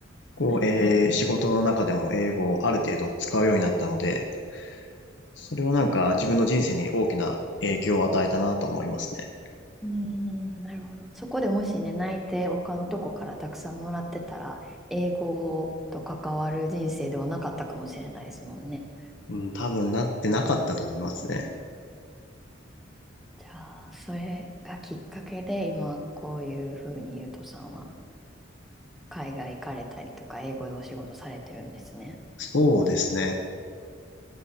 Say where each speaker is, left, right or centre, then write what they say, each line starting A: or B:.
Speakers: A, on the left; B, in the centre.
A: こう、
B: はい。
A: えー仕事の中でも英語をある程度使うようになったので、それはなんか自分の人生に大きな影響を与えたなと思いますね。
B: うーん。なるほど。そこでもしね、泣いて他のとこからたくさんもらってたら、英語と関わる人生ではなかったかもしれないですもんね。
A: うん、多分なってなかったと思いますね。
B: じゃあ、それがきっかけで、今、こういうふうにゆうとさんは、海外行かれたりとか、英語でお仕事されてるんですね。
A: そうですね。